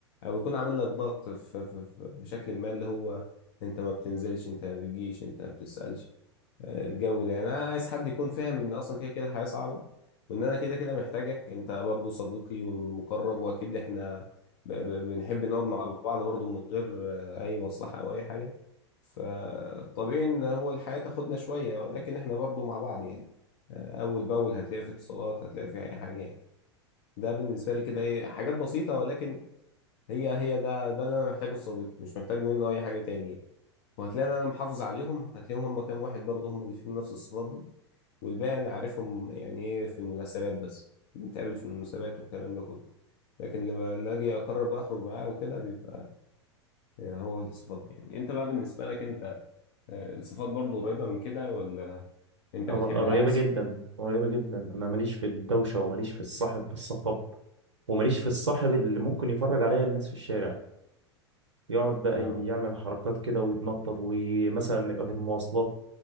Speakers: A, on the left; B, on the right.
A: او يكون عامل لك ضغط في... في... في- بشكل ما اللي هو انت ما بتنزلش انت ما بتجيش انت ما بتسألش آه، الجو ده يعني انا عايز حد يكون فاهم ان اصلا كده كده حياة صعبة وان انا كده كده محتاجك انت برضو صديقي والمقرب واكيد احنا ب... ب... بنحب نقعد مع بعض برضو من غير آه، اي مصلحة او اي حاجة فطبيعي ان هو الحياة تاخدنا شوية ولكن احنا برضو مع بعض يعني آه، اول باول هتلاقي في اتصالات هتلاقي في اي حاجة يعني ده بالنسبة لي كده ايه حاجات بسيطة ولكن هي هي ده ده اللي انا محتاجه في صديقي مش محتاج منه اي حاجة تانية يعني وهتلاقي ان انا محافظ عليهم هتلاقيهم هم كام واحد برضو هم اللي فيهم نفس الصفات دي والباقي انا عارفهم يعني ايه في المناسبات بس بنتقابل في المناسبات والكلام ده كله لكن اللي ب- اللي اجي اقرر بقى اخرج معاه وكده بيبقى يعني هو الصفات دي يعني انت بقى بالنسبة لك انت آه، الصفات برضو قريبة من كده ولا انت
B: قر-
A: بتحب
B: قريبة
A: العكس
B: جدا قريبة جدا انا ماليش في الدوشة وماليش في الصاحب الصخب وماليش في الصاحب اللي ممكن يفرج عليا الناس في الشارع يقعد بقى
A: اه
B: يعمل حركات كده ويتنطط ومثلا نبقى في المواصلات